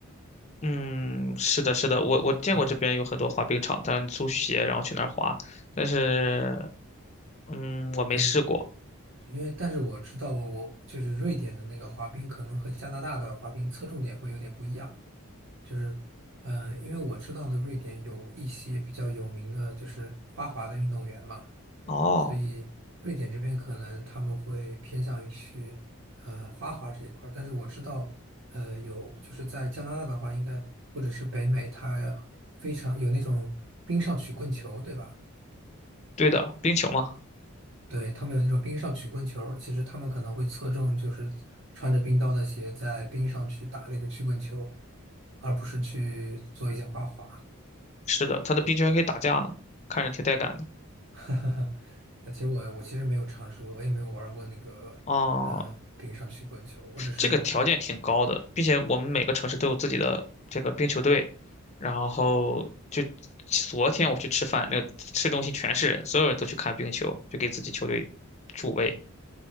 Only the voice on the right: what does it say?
对
对，因为但是我知道我就是瑞典的那个滑冰，可能和加拿大的滑冰侧重点会有点不一样。就是，呃，因为我知道的瑞典有一些比较有名的，就是花滑的运动员嘛，
所以瑞典这边可能他们会偏向于去呃花滑这一块儿，但是我知道，呃，有就是在加拿大的话，应该或者是北美，它非常有那种冰上曲棍球，对吧？
对，他们有那种冰上曲棍球，其实他们可能会侧重就是穿着冰刀的鞋在冰上去打那个曲棍球，而不是去做一些花滑。
<laughs> 但其实我我其实没有尝试过，我也没有玩过那个呃冰上曲棍球，
我只是